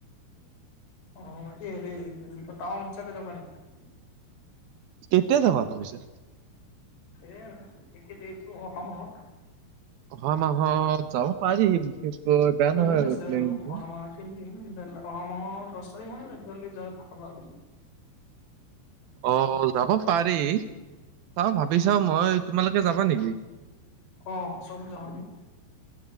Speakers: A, on the left (about 75°); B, on the right (about 70°).
A: অঁ' বাকি হেৰি কি বুলি কয় টাওন চাইডে যাবা নেকি?
B: কেতিয়া যাবা ভাবিছা?
A: এ এইকেদিনটো অহামাহত।
B: অহা মাহত যাব পাৰি বিষেষকৈ বেয়া
A: তিনিদিন
B: নহয় আৰু
A: আছে
B: প্লেনিংটো।
A: অহা মাহৰ অহা মাহৰ দশ তাৰিখ মানে যযি যাই ভাল আৰু।
B: অ' যাব পাৰি, চাওঁ ভাবি চাওঁ মই, তোমালোকে যাবা নেকি?
A: অঁ' চব যাম আমি।